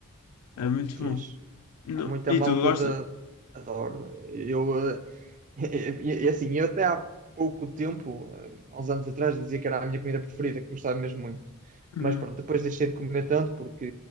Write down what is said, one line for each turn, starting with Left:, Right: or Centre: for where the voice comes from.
Left: é muito
Right: Fiz.
Left: bom. Não-
Right: Há muita
Left: e
Right: malta
Left: tu gostas?
Right: da. Adoro. Eu eh, <laughs> E, e assim, eu até há pouco tempo, há uns anos atrás, dizia que era a minha comida preferida, que gostava mesmo muito.
Left: Uhum.
Right: Mas pronto, depois deixei de comer tanto porque